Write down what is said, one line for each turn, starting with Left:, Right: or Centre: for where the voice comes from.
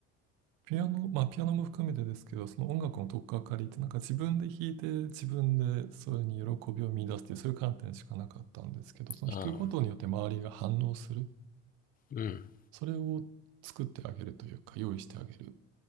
Right: ピアノ、まあ、ピアノも含めてですけど、その音楽の取っかかりって、なんか自分で弾いて、自分でそれに喜びを見出すっていう、そういう観点しかなかったんですけど、その弾くことによって周りが反応する。
Left: ああ、うん、
Right: それを作ってあげるというか、用意してあげるっ